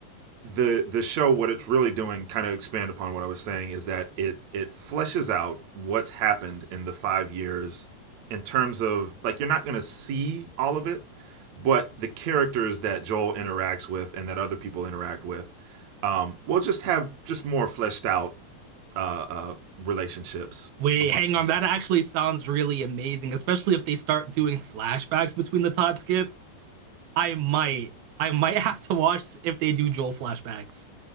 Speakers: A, on the right; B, on the right.
A: the the show what it's really doing kind of expand upon what I was saying is that it it fleshes out what's happened in the 5 years in terms of like you're not going to see all of it but the characters that Joel interacts with and that other people interact with um, will just have just more fleshed out uh, uh, relationships
B: <laughs> Wait,
A: amongst
B: hang
A: themselves.
B: on. That actually sounds really amazing, especially if they start doing flashbacks between the Todd skip. I might, I might <laughs> have to watch if they do Joel flashbacks.